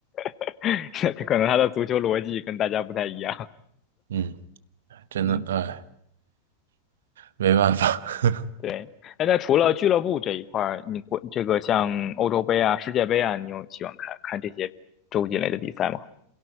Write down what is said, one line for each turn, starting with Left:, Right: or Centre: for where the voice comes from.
Left: <laughs> 可能他的足球逻辑跟大家不太一样，
Right: 嗯，真的，
Left: 嗯，
Right: 哎，没办法。<laughs>
Left: 对。哎，那除了俱乐部这一块儿，你国这个像欧洲杯啊、世界杯啊，你有喜欢看看这些洲际类的比赛吗？